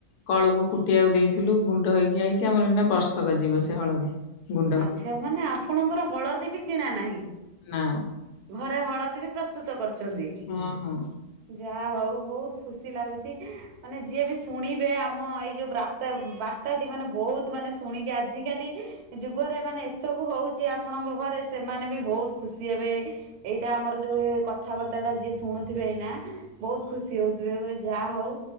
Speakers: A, on the left; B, on the right.
A: କଳକୁ କୁଟିବାକୁ ଦେଇଥିଲୁ ଗୁଣ୍ଡ ହେଇକି ଆଇଛି ଆମର ଏନା ବର୍ଷ ସକା ଯିବ ସେ ହଳଦୀ। ଗୁଣ୍ଡ
B: ଆଛା ମାନେ ଆପଣଙ୍କର ହଳଦୀ ବି କିଣା ନାହିଁ।
A: ନା
B: ଘରେ ହଳଦୀ ବି ପ୍ରସ୍ତୁତ କରୁଛନ୍ତି
A: ହଁ ହଁ
B: ଯାହା ହଉଁ। ବହୁତ ଖୁସି ଲାଗୁଛି ମାନେ ଯିଏ ବି ଶୁଣିବେ ଆମ ଏଇ ଯୋଉଁ ବ ବାର୍ତା ଟି ମାନେ ବହୁତ ମାନେ ଶୁଣିକି ଆଜିକାଲି ଯୁଗରେ ମାନେ ସବୁ ହେଉଛି ଆପଣଙ୍କ ଘରେ ସେମାନେ ବି ବହୁତ ଖୁସି ହେବେ। ଏଇଟା ଆମର ଯୋଉଁ କଥାବାର୍ତ୍ତା ଟା ଯିଏ ଶୁଣୁଥିବେ ଏଇନା ବହୁତ ଖୁସି ହଉଥିବେ ଯାହା ହଉଁ